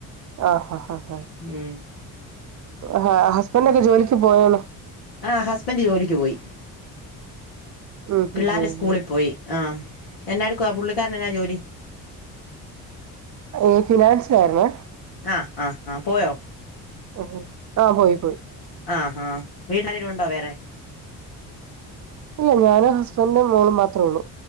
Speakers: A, on the right; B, on the left.
A: ആഹഹ് ഹാ
B: ഉം
A: ഹ ഹസ്ബൻറ് ഒക്കെ ജോലിക്ക് പോയണോ
B: ആ ഹസ്ബൻഡ് ജോലിക്ക് പോയി
A: ഉം
B: പിള്ളോരെ
A: ഉം
B: സ്കൂളിൽ
A: ഉം
B: പോയി ആഹ്‌ എന്നെ എടുക്കുവ പുള്ളിക്കാരനന്നാ ജോലി
A: ഏഹ്‌ ഫിനാൻസ് ആരുനേ
B: ആഹ്‌ ആഹ്‌ ആഹ്‌ പോയോ
A: ഓഹോ ആ പോയി പോയി
B: ആഹ് ആ വീടിലാരേലും ഉണ്ടോ വേറെ?
A: ഇല്ല ഞാന് ഹസ്ബൻഡ് മോളും മാത്രേ ഉള്ളു